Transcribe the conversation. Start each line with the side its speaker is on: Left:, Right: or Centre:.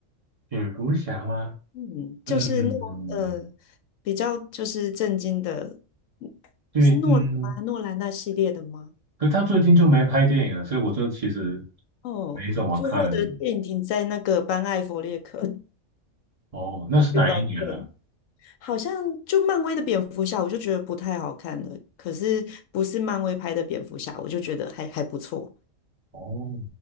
Right: 蝙蝠侠吗？
Left: 嗯，就是诺呃
Right: 嗯，
Left: 比较就是震惊的，
Right: 对，
Left: 是诺兰吗？
Right: 嗯，
Left: 诺兰那系列的吗？
Right: 可是他最近就没拍电影了，所以我就其实
Left: 哦，
Right: 没怎么看。
Left: 最后的电影停在那个班艾弗列克 <laughs>
Right: 哦，那是哪一年了？
Left: 的版本，好像就漫威的蝙蝠侠，我就觉得不太好看了。可是不是漫威拍的蝙蝠侠，我就觉得还还不错，
Right: 哦，